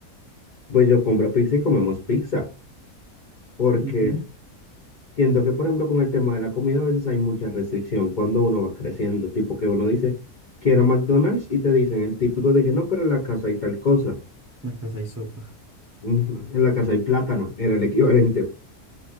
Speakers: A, on the left (about 45°); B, on the right (about 20°).
A: pues yo compro pizza y comemos pizza. Porque
B: ujú,
A: siento que, por ejemplo, con el tema de la comida a veces hay mucha restricción cuando uno va creciendo. Tipo que uno dice, quiero McDonald's y te dicen el típico de que no, pero en la casa hay tal cosa. <laughs>
B: Una casa y sopa.
A: En la casa hay plátano, era el equivalente.